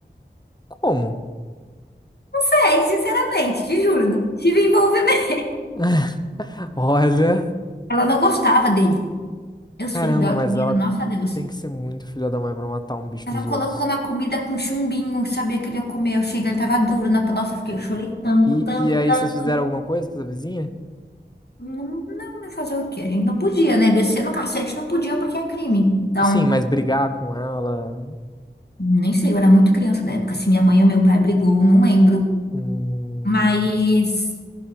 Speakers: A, on the left; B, on the left.
A: Como?
B: Sei, sinceramente, te juro, não tive envolvimento.
A: <laughs> Olha.
B: Ela não gostava dele. E os
A: Caramba,
B: filhos dela
A: mas
B: também
A: ela
B: eram, nossa Deus.
A: tem que ser muito filha da mãe pra matar um bicho
B: Ela
A: dos
B: colocou
A: outros.
B: uma comida com chumbinho, sabia que ele ia comer. Eu cheguei, ele tava duro na nossa, eu fiquei, eu chorei tanto,
A: E,
B: tanto,
A: e aí,
B: tanto.
A: vocês fizeram alguma coisa com essa vizinha?
B: Não, não, né, fazer o quê? A gente não podia, né? Descer no cacete não podia porque é crime. Então,
A: Sim, mas brigar com ela.
B: nem sei, eu era muito criança na época. Se minha mãe ou meu pai brigou, não lembro.
A: Hum,
B: Mas.